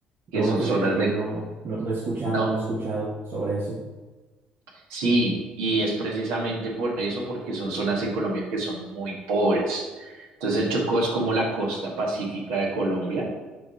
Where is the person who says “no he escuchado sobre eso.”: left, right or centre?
Right